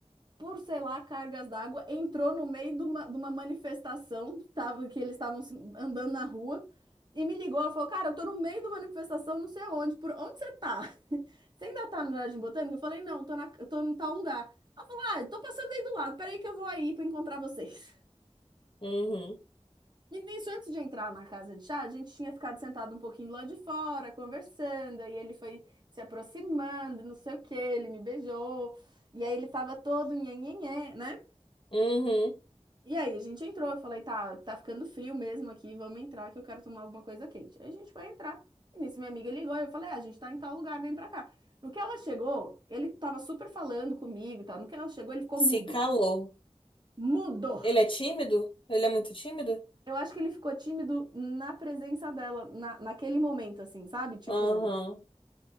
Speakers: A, on the right (about 40°); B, on the left (about 45°).
A: por, sei lá, cargas d'água, entrou no meio de uma, de uma manifestação, tava, que eles estavam se- andando na rua, e me ligou, ela falou, cara, eu tô no meio de uma manifestação, não sei aonde, por onde você tá? <laughs> Você ainda tá no Jardim Botânico? Eu falei, não, tô, na, eu tô em tal lugar. Ela falou, ah, tô passando aí do lado, peraí que eu vou aí pra encontrar vocês.
B: Uhum.
A: E nisso, antes de entrar na casa de chá, a gente tinha ficado sentado um pouquinho lá de fora, conversando, e ele foi se aproximando, não sei o quê, ele me beijou, e aí ele tava todo nhenhenhé, né?
B: Uhum.
A: E aí a gente entrou, eu falei, tá, tá ficando frio mesmo aqui, vamos entrar que eu quero tomar alguma coisa quente. Aí a gente foi entrar, e nisso minha amiga ligou, e eu falei, ah, a gente tá em tal lugar, vem pra cá. No que ela chegou, ele tava super falando comigo e tal, no que ela chegou, ele ficou
B: Se
A: mudo.
B: calou.
A: Mudo!
B: Ele é tímido? Ele é muito tímido?
A: Eu acho que ele ficou tímido na presença dela, na, naquele momento, assim, sabe? Tipo,
B: Aham,